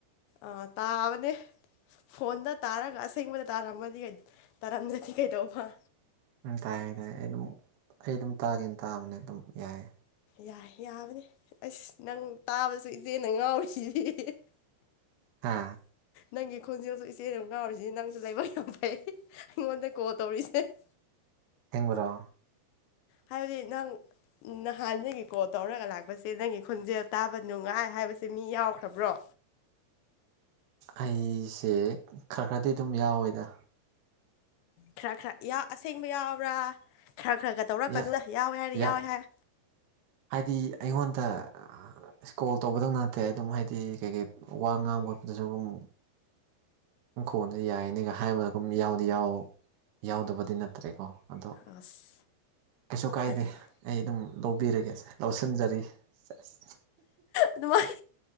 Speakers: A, on the left; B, on the right.
A: ꯑꯥ ꯇꯥꯕꯅꯦ ꯐꯣꯟꯗ ꯇꯥꯔꯒ ꯑꯁꯦꯡꯕꯗ ꯇꯥꯔꯝꯃꯗꯤ ꯇꯥꯔꯝꯗꯔ꯭ꯗꯤ ꯀꯩꯗꯧꯕ
B: ꯅꯪ ꯇꯥꯏ ꯗꯥꯏꯌꯦ ꯑꯩ ꯑꯗꯨꯝ ꯑꯩ ꯑꯗꯨꯝ ꯇꯥꯒꯦꯅ ꯇꯥꯕꯅꯦ ꯑꯗꯨꯝ ꯌꯥꯏꯌꯦ
A: ꯌꯥꯏ ꯌꯥꯕꯅꯦ ꯑꯁ ꯅꯪ ꯇꯥꯕꯁꯨ ꯏꯆꯦꯅ ꯉꯥꯎꯔꯤꯁꯤꯗꯤ ꯫
B: ꯍꯥ
A: ꯅꯪꯒꯤ ꯈꯣꯟꯖꯦꯜꯁꯨ ꯏꯆꯦꯅ ꯉꯥꯎꯔꯤꯁꯤꯅꯤ ꯅꯪꯁꯨ ꯂꯥꯏꯕꯛ ꯌꯥꯝ ꯐꯩ ꯑꯩꯉꯣꯟꯗ ꯀꯣꯜ ꯇꯧꯔꯤꯁꯦ꯫ <inaudible>
B: ꯁꯦꯡꯕꯔꯣ
A: ꯍꯥꯏꯕꯗꯤ ꯅꯪ ꯅꯍꯥꯟꯗꯒꯤ ꯀꯣꯜ ꯇꯧꯔꯒ ꯂꯥꯛꯄꯁꯦ ꯅꯪꯒꯤ ꯈꯣꯟꯖꯦꯜ ꯇꯥꯕ ꯅꯨꯡꯉꯥꯏ ꯍꯥꯏꯕꯁꯦ ꯃꯤ ꯌꯥꯎꯈ꯭ꯔꯕ꯭ꯔꯣ꯫
B: ꯑꯩꯁꯦ ꯈꯔ ꯈꯔꯗꯤ ꯗꯨꯝ ꯌꯥꯎꯋꯦꯗ꯫
A: ꯈꯔ ꯈꯔ ꯌꯥ ꯑꯁꯦꯡꯕ ꯌꯥꯎꯕ꯭ꯔꯥ ꯈꯔ ꯈꯔꯒ ꯇꯧꯔꯛꯀꯟꯗ
B: ꯌꯥ
A: ꯌꯥꯎꯋꯦ ꯍꯥꯏꯔꯗꯤ
B: ꯌꯥ
A: ꯌꯥꯎꯋꯦ ꯍꯥꯏ
B: ꯍꯥꯏꯗꯤ ꯑꯩꯉꯣꯟꯇ ꯏꯁꯀꯣꯜ ꯇꯧꯕꯗꯪ ꯅꯠꯇꯦ ꯑꯗꯨꯝ ꯍꯥꯏꯗꯤ ꯀꯩꯀꯩ ꯋꯥ ꯉꯥꯡꯕ ꯈꯣꯠꯄꯗꯁꯨ ꯗꯨꯝ ꯅꯪꯈꯣꯟꯁꯦ ꯌꯥꯏꯌꯦꯅꯦ ꯒꯍꯥꯏꯕꯒꯨꯝ ꯌꯥꯎꯗꯤ ꯌꯥꯎ ꯌꯥꯎꯗꯕꯗꯤ ꯅꯠꯇ꯭ꯔꯦꯀꯣ ꯑꯗꯣ
A: ꯑꯁ
B: ꯀꯩꯁꯨ ꯀꯥꯏꯗꯦ
A: ꯑꯗꯨꯗꯤ
B: ꯑꯩ ꯑꯗꯨꯝ ꯂꯧꯕꯤꯔꯒꯦꯁꯦ ꯂꯧꯁꯤꯟꯖꯔꯤ ꯁꯦꯁ
A: ꯑꯗꯨꯃꯥꯏ